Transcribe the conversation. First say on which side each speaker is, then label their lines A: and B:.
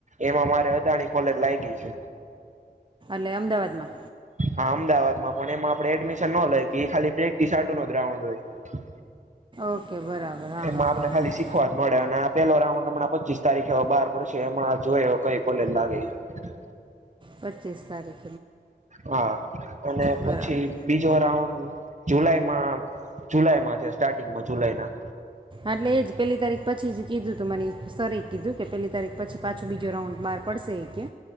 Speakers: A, on the right; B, on the right.
A: એમાં મારે અ અદાણી કોલેજ લાયગી છે.
B: એટલે અમદાવાદમાં?
A: હા અમદાવાદમાં, પણ એમાં આપણે એડમિશન નો લઈ હગી, ઈ ખાલી પ્રેક્ટિસ હાટુનો જ રાઉન્ડ હોય.
B: ઓકે બરાબર હા
A: એમાં
B: હા
A: આપને
B: હા હા
A: ખાલી શીખવા જ મળે, અને આ પેલો રાઉન્ડ હમણા પચીસ તારીખે હવે બાર પડશે એમાં જોઈ હવે કઈ કોલેજ લાગે ઈ.
B: પચીસ તારીખ
A: હા અને
B: બરાબર
A: પછી બીજો રાઉન્ડ જુલાઈ માં જુલાઈમાં છે સ્ટાર્ટિંગમાં જુલાઈ ના.
B: એટલે એજ પેલી તારીખ પછી જ કીધું તું મને, સરએ કીધું કે પેલી તારીખ પછી પાછું બીજો રાઉન્ડ બાર પડશે ઈ કે,